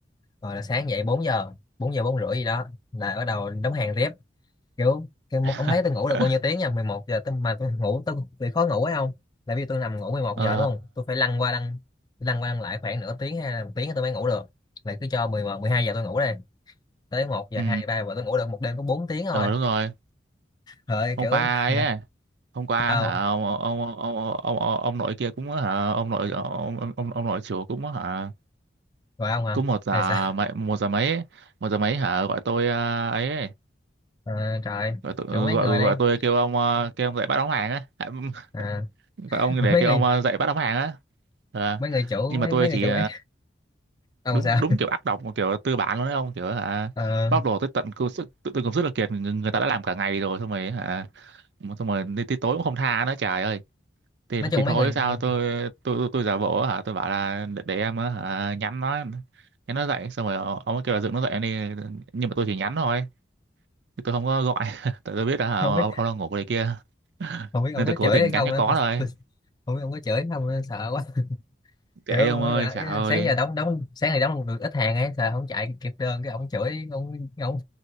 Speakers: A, on the left (about 20°); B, on the right (about 70°).
A: rồi là sáng dậy 4 giờ 4 giờ 4 rưỡi gì đó là bắt đầu đóng hàng tiếp kiểu cái một
B: <laughs>
A: ông thấy tôi ngủ được bao nhiêu tiếng nha 11 giờ tôi, mà tôi ngủ tôi bị khó ngủ ấy không là vì tôi nằm ngủ mười một
B: Ờ,
A: giờ đúng không tôi phải lăn qua lăn lăn qua lăn lại khoảng nửa tiếng hay là một tiếng tôi mới ngủ được là cứ cho mười một mười hai giờ tôi ngủ đây tới một giờ
B: ừ,
A: 2 3 giờ tôi ngủ được một đêm có bốn tiếng thôi
B: ừ, đúng rồi.
A: trời ơi,
B: Hôm
A: kiểu
B: qua ấy,
A: <laughs>
B: á, hôm qua
A: sao
B: hả ông ông ông ông, ông, ông ông nội kia cũng hả ông nội ông ông, ông ông nội chủ cũng hả
A: rồi ông hả
B: cũng một giờ
A: hay sao
B: mấy một giờ mấy ấy, một giờ mấy hả gọi tôi ờ, ấy, ấy,
A: à, trời
B: gọi tôi ờ,
A: kiểu mấy
B: gọi
A: người
B: gọi
A: đây
B: tôi kêu ông ờ, kêu ông dậy bắt đóng hàng á, À, <laughs>
A: à, <laughs>
B: gọi ông để
A: mấy
B: kêu
A: người
B: ông ờ, dậy bắt đóng hàng á. Ờ,
A: mấy người chủ
B: nhưng
A: mấy
B: mà tôi
A: mấy người
B: chỉ
A: chủ ấy ông
B: đúng
A: sao
B: đúng kiểu ác độc mà kiểu tư bản luôn đấy ông kiểu hả
A: Ờ,
B: bóc lột tới tận công sức tự, tự công sức là kiệt người, người ta đã làm cả ngày rồi xong rồi hả mà xong rồi đến tới tối cũng không tha nữa trời ơi thì
A: nói chung
B: thì thôi
A: mấy người
B: sao
A: không
B: tôi tôi tôi, tôi giả bộ hả tôi bảo là để, để em á, hả nhắn nó nhắn nó dậy xong rồi ông ông ấy kêu là dựng nó dậy em đi nhưng mà tôi chỉ nhắn thôi chứ tôi không có gọi <laughs> tại tôi biết là hả,
A: biết
B: ông, ông đang ngủ ở đây kia
A: không biết ông
B: nên
A: có
B: tôi cố
A: chửi
B: tình
A: hay không
B: nhắn cho
A: á
B: có
A: tôi,
B: thôi
A: tôi, không biết ông có chửi hay không á, sợ quá
B: kệ
A: kiểu
B: đi ông ơi
A: là
B: trời ơi
A: sáng giờ đóng đóng sáng ngày đóng được ít hàng ấy sợ không chạy kịp đơn cái ông chửi ông ông